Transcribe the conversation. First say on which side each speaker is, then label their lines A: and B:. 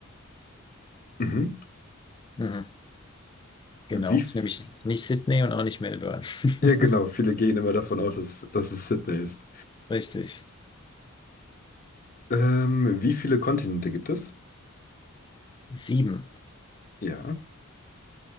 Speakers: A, on the left; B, on the left.
A: Mhm.
B: Mhm, genau.
A: Wie, f-
B: Ist nämlich nicht Sydney und auch nicht Melbourne. <laughs>
A: ja genau, viele gehen immer davon aus, dass, dass es Sydney ist.
B: Richtig.
A: Ähm, wie viele Kontinente gibt es?
B: Sieben.
A: Ja,